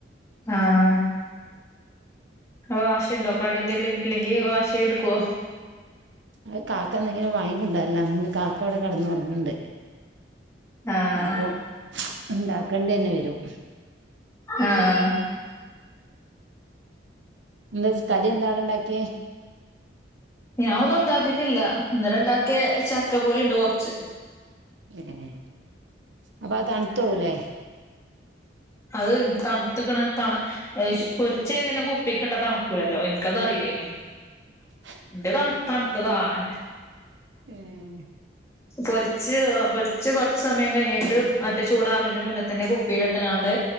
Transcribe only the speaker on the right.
അഹ് കാക്ക എന്തെങ്കിലും വാങ്ങി കൊണ്ടര്ലാ. ഇന്ന് കാക്ക ഇവടെ കെടന്നൊർങ്ണ്ട്.
അപ്പം ഉണ്ടാക്കണ്ടിയന്നെ വരും.
എന്താ സ് കടി എന്താ അടെ ഉണ്ടാക്കിയേ?
ഏഹ്. അപ്പത് തണുത്തോവുലേ?
ഉ
ഏഹ്